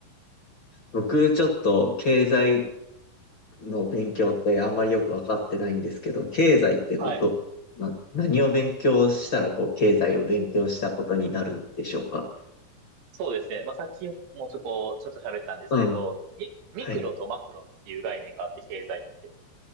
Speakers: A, on the left; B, on the right.
A: 僕、ちょっと経済の勉強ってあんまりよくわかってないんですけど、経済ってこと、
B: はい。
A: な、何を勉強したら、こう、経済を勉強したことになるんでしょうか。
B: そうですね。まあ、さっきもちょこ、ちょっと喋ったんですけど、
A: うん。
B: ミ、ミクロとマクロっていう概念があって、
A: はい。
B: 経済って。